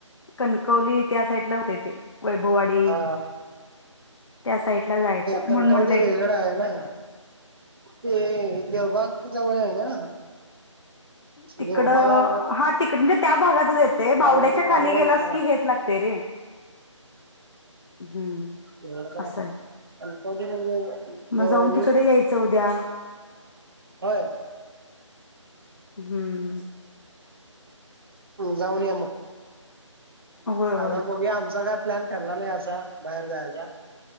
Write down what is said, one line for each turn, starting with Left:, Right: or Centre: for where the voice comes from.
Left: कणकवली त्या साईड ला होते ते वैभववाडी
Right: हा.
Left: त्या साईडला जायचं
Right: कणकावली
Left: म्हणून म्हटलंय
Right: हेगडा आहे ना ते देवबाग तुन जवळ आहे ना
Left: तिकड
Right: देवबाग
Left: हा तिकड नीत तितच येतय बावड्याच्या
Right: मालवण मालवण
Left: खाली गेलास
Right: हा
Left: की हेेत लागते रे हम्म
Right: एवढं काय
Left: असाय
Right: कणकवली म्हणजे
Left: मग
Right: जवळ
Left: जाऊन तिकडे यायचं उद्या
Right: होय
Left: हम्म
Right: जाऊन ये मग
Left: होय होय
Right: आता बघूया आमचा काय प्लॅन ठरला नाही असा बाहेर जायचा